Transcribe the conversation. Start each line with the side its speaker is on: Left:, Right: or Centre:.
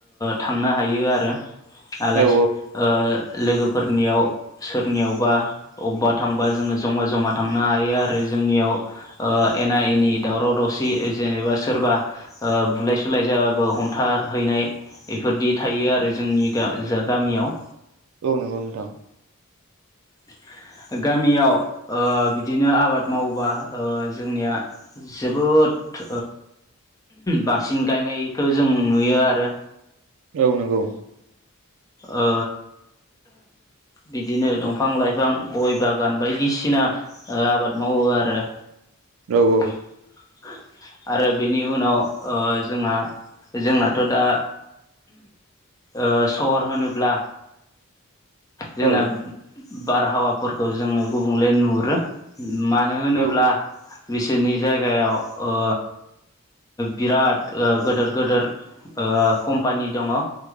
Left: थांनो हायो आरो आलासि
Right: औ
Left: लोगोफोरनियाव सोरनियावबा अबेबा थांबा जोंङो जमा जमा थांनो हायो आरो जोंनियाव एना एनि दावराव दावसि जेनेबा सोरबा बुलाय सुलाय जाबाबो हमथाहैनाय इफोरदि थायो आरो जोंनि जा गामियाव
Right: औ नंगौ नोंथां
Left: न गामियाव बिदिनो आबाद मावोबा जोंनिया जोबोद बांसिन गायनायखौ जों नुयो आरो
Right: र्औ नंगौ
Left: ओ बिदिनो दंफां लाइफां गय बागान बायदिसिना आबाद मावो आरो
Right: औ औ
Left: <unintelligible> आरो बेनि उनाव ओ जोंहा जोंनाथ दा ओ सहर होनोब्ला जोंना
Right: औ
Left: बारहावाफोरखौ जोङो गुबुंले नुहुरो मानो होनोब्ला
Right: औ
Left: बिसोरनि जायगायाव ओ बिराद ओ गोदोर गोदोर ओ कम्पानि दङ